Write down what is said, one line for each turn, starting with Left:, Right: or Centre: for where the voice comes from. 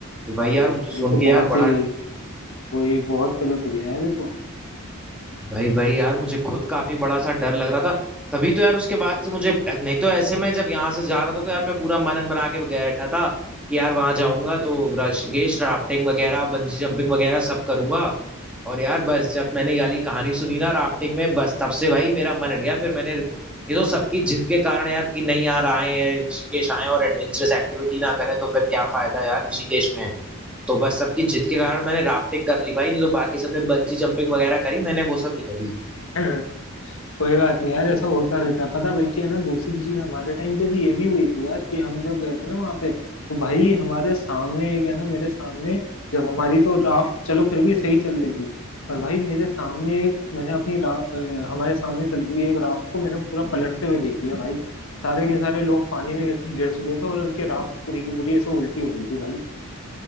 Centre: तो भाई
Left: भाई
Centre: यार
Left: यार
Centre: मुझे सुन
Left: ये तो
Centre: के यार
Left: बहुत ही
Centre: बड़ा
Left: वही बहुत गलत हो गया यार ये तो
Centre: भाई भाई यार मुझे खुद काफी बड़ा सा डर लग रहा था तभी तो यार उसके बाद से मुझे नहीं तो ऐसे में जब यहाँ से जा रहा था तो यार मैं पूरा मनन बना के बैठा था कि यार वहां जाऊंगा तो रश- ये राफ्टिंग वगैरह बंजी जंपिंग वगैरह सब करूंगा और यार बस जब मैंने ये वाली कहानी सुनी ना राफ्टिंग में बस तब से भाई मेरा मन हट गया फिर मैंने ये तो सबकी जिद के कारण यार कि नहीं यार आए ऋषिकेश आए और एडवेंचरस एक्टिविटी ना करें तो फिर क्या फायदा यार ऋषिकेश में तो बस सबकी जिद के कारण मैंने राफ्टिंग कर ली भाई नहीं तो बाकी सबने बंजी जंपिंग वगैरह करी मैंने वो सब नहीं करी
Left: <laughs> कोई बात नहीं यार ऐसा होता रहता है पता बल्कि है ना दूसरी चीज हमारे टाइम पे भी ये भी हुई थी यार कि हम जब गए थे ना वहाँ पे तो भाई हमारे सामने एक है ना मेरे सामने जब हमारी तो राफ्ट चलो फिर भी सही चल रही थी पर भाई मेरे सामने एक मैंने अपनी रा अ, हमारे सामने चलती हुई एक राफ्ट को मैंने पूरा पलटते हुए देख लिया भाई सारे के सारे लोग पानी में गिर गिर चुके थे और उनकी राफ्ट पूरी की पूरी ऐसे उल्टी हो गई थी भाई